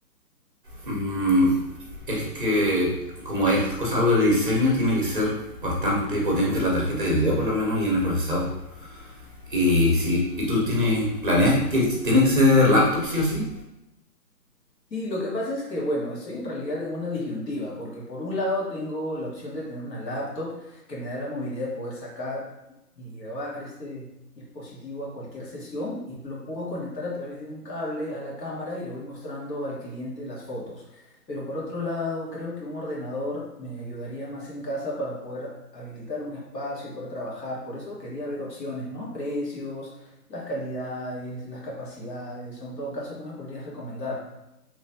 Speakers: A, on the right; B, on the left.
A: Mm, es que, como es cosa algo de diseño, tiene que ser bastante potente la tarjeta de video, por lo menos, y en el procesador. Y si y tú tienes. ¿Planeas que tiene que ser laptop, sí o sí?
B: Sí, lo que pasa es que, bueno, estoy en realidad en una disyuntiva, porque por un lado tengo la opción de tener una laptop que me da la movilidad de poder sacar y llevar este dispositivo a cualquier sesión y lo puedo conectar a través de un cable a la cámara y le voy mostrando al cliente las fotos. Pero por otro lado, creo que un ordenador me ayudaría más en casa para poder habilitar un espacio y poder trabajar. Por eso quería ver opciones, ¿no? Precios, las calidades, las capacidades, son todo caso que me podrías recomendar.